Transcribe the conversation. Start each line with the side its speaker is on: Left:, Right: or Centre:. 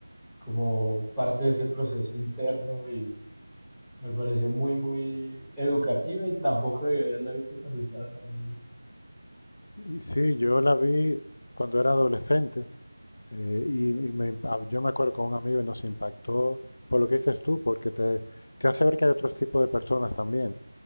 Centre: como parte de ese proceso interno y me pareció muy, muy educativa y tampoco debía haberla visto cuando estaba tan niño.
Left: Y sí, yo la vi cuando era adolescente Eh, y y me impa- yo me acuerdo con un amigo y nos impactó por lo que dices tú, porque te, te hace ver que hay otros tipos de personas también.